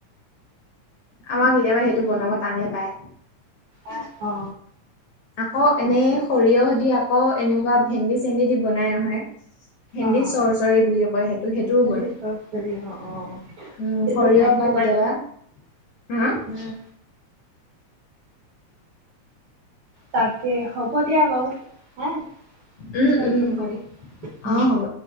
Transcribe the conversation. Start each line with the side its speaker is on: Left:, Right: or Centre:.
Left: আমাক কেতিয়াবা
Right: দেই
Left: সেইটো বনাব টানে পায়।
Right: <inaudible> অ।
Left: আকৌ এনেই সৰিয়হ দি আকৌ এনেকুৱা ভেন্দি-চেন্দি দি বনাই নহয়। ভেন্দী
Right: অ
Left: চৰ্চৰী বুলি কয় সেইটো-সেইটোও
Right: ভেন্দি
Left: বনাই। উম,
Right: চচ কৰি অ অ সেইটো
Left: সৰিয়হ
Right: খাইছো
Left: বা কেতিয়াবা।
Right: বাৰু
Left: হা
Right: উম। তাকে হ'ব দিয়া বাৰু হা,
Left: উম
Right: পিছত
Left: উম
Right: ফোন
Left: হয়
Right: কৰিম, উম।
Left: অ হ'ব